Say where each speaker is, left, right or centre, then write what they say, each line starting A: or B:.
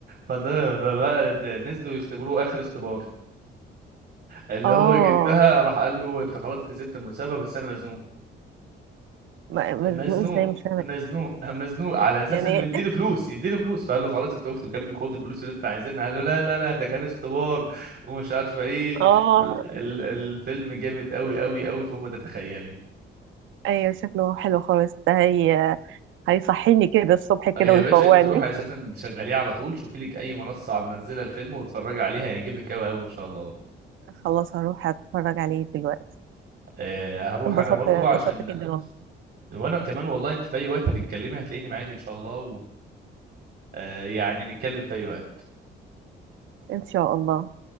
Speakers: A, on the right; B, on the right.
A: فده ده بقى ده نزلوا يختبروه اخر اختبار اللي
B: اه
A: هو جدها راح قال له انت خلاص كسبت المسابقه بس انا مزنوق
B: ما-
A: مزنوق
B: ما- ازاي مش فاهمة
A: مزنوق مزنوق على اساس
B: يعني
A: انه يديله فلوس يديله فلوس فقال له خلاص انت وقفت جنبي خد الفلوس اللي انت عايزينها قال له لا لا لا ده كان اختبار ومش عارفه ايه
B: اه
A: ال- ال- الفيلم جامد قوي قوي قوي فوق ما تتخيلي
B: ايوه شكله حلو خالص ده هي هيصحيني كده الصبح كده
A: آه يا
B: ويفوقني
A: باشا انت روح اساسا شغليه على طول شوفي لك اي منصه منزله الفيلم واتفرجي عليها هيعجبك قوي قوي ان شاء الله
B: خلاص هروح اتفرج عليه دلوقتي
A: آه، هروح
B: انبسطت
A: انا برضو
B: انبسطت
A: عشان
B: جدا والله
A: وانا كمان والله انت في اي وقت تتكلمي هتلاقيني معاك ان شاء الله ويعني نتكلم في اي وقت
B: ان شاء الله